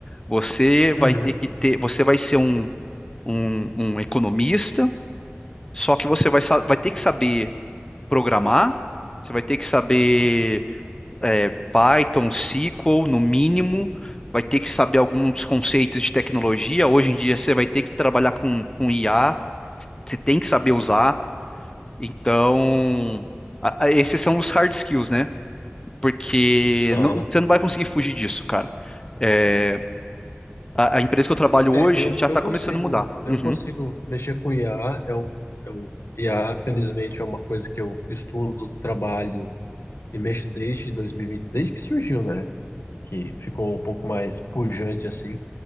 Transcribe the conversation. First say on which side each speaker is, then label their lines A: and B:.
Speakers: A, on the left (about 20°); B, on the left (about 85°).
A: Você vai
B: uhum,
A: ter que ter, você vai ser um, um, um economista, só que você vai, sa- vai ter que saber programar, você vai ter que saber é, Python, SQL, no mínimo, vai ter que saber alguns conceitos de tecnologia. Hoje em dia você vai ter que trabalhar com, com IA, você você tem que saber usar. Então, a- a- esses são os hard skills, né? Porque
B: aham.
A: não- você não vai conseguir fugir disso, cara. É, a, a empresa que eu trabalho
B: É,
A: hoje
B: eu,
A: já
B: eu
A: está
B: consigo,
A: começando a mudar.
B: eu
A: Uhum.
B: consigo mexer com IA, é um, é um, IA, felizmente, é uma coisa que eu estudo, trabalho e mexo desde dois mil e vinte desde que surgiu, né? Que ficou um pouco mais pujante assim.